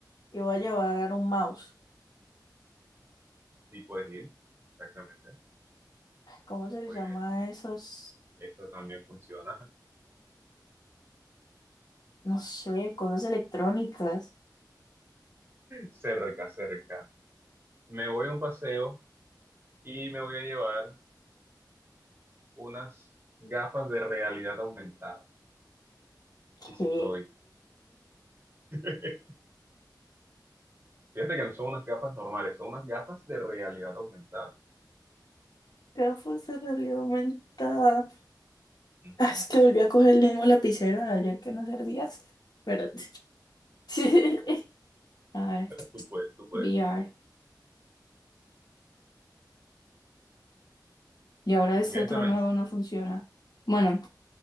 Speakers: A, on the left (about 65°); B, on the right (about 30°).
A: y voy a llevar un mouse.
B: si puedes ir, exactamente.
A: ¿Cómo se les
B: Muy
A: llama
B: bien,
A: a esos?
B: eso también funciona.
A: No sé, cosas electrónicas.
B: Cerca, cerca. me voy a un paseo y me voy a llevar unas gafas de realidad aumentada.
A: ¿Qué?
B: Y si puedo ir. <laughs> Fíjate que no son unas gafas normales, son unas gafas de realidad aumentada.
A: Gafas de realidad aumentada.
B: Ujú.
A: Ah, es que volví a coger el mismo lapicero de ayer que no servía. Espérate. <laughs> A ver,
B: Tú puedes, tú puedes.
A: VR. Y ahora este
B: Porque
A: otro
B: esta me,
A: nuevo no funciona. Bueno,